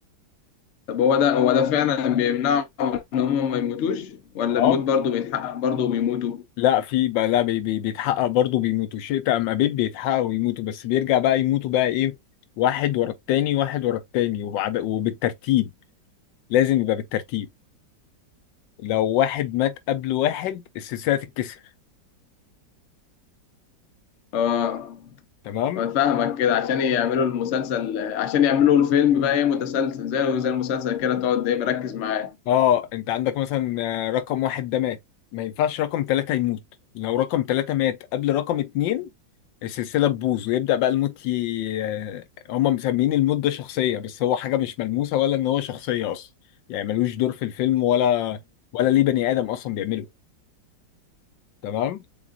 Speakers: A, on the left; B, on the left.
A: طب هو ده هو ده فعلا بيمنعهم ان هم ما يموتوش ولا
B: اه
A: الموت برضه بيتحقق برضه بيموتوا
B: لا في بقى لا بي بي بيتحقق برضه بيموتوا شئت ام ابيت بيتحققوا ويموتوا بس بيرجع بقى يموتوا بقى ايه واحد ورا التاني واحد ورا التاني وبعد وبالترتيب لازم يبقى بالترتيب لو واحد مات قبل واحد السلسلة تتكسر
A: اه
B: تمام
A: أنا فاهمك كده عشان يعملوا المسلسل عشان يعملوا الفيلم بقى ايه متسلسل زي زي المسلسل كده تقعد ايه مركز معاه
B: اه انت عندك مثلا آه، رقم واحد ده مات ما ينفعش رقم ثلاثة يموت لو رقم ثلاثة مات قبل رقم اتنين السلسلة تبوظ ويبدأ بقى الموت ي... آه، هم مسميين الموت ده شخصية بس هو حاجة مش ملموسة ولا ان هو شخصية اصلا يعني ملوش دور في الفيلم ولا ولا ليه بني آدم اصلا بيعمله تمام